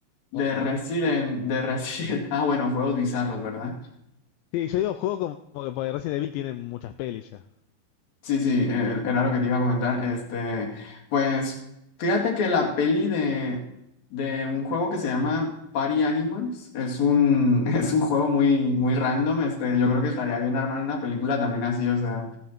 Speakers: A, on the left; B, on the left.
A: de
B: Fortnite.
A: Resident, de Resident. <laughs> Ah, bueno, juegos bizarros, ¿verdad?
B: Sí, yo digo juego como como que porque Resident Evil tiene muchas pelis ya.
A: Sí, sí, eh, era lo que te iba a comentar. Este, pues, fíjate que la peli de, de un juego que se llama Party Animals es un, <laughs> es un juego muy, muy random. Este, yo creo que estaría bien armar una película también así, o sea,